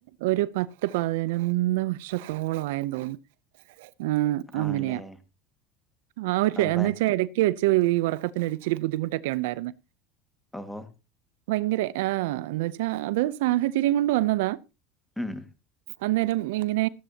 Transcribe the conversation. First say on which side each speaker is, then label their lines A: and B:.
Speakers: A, on the right; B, in the centre.
A: ഒരു പത്ത് പതിനൊന്ന് വർഷത്തോളം ആയെന്ന് തോന്നുന്നു ആഹ് അങ്ങനെയാ
B: ആണല്ലേ
A: ആഹ് ഒരു
B: ഓ
A: എന്ന്
B: പ
A: വെച്ചാ എടക്ക് വെച്ച് ഈ ഉറക്കത്തിനൊരിച്ചിരി ബുദ്ധിമുട്ടെക്കെ ഒണ്ടായിരുന്ന്
B: ഒഹോ
A: ഭയങ്കര ആഹ് എന്ന് വെച്ചാ അത് സാഹചര്യം കൊണ്ട് വന്നതാ
B: ഉംഹ്
A: അന്നേരം ഇങ്ങനെ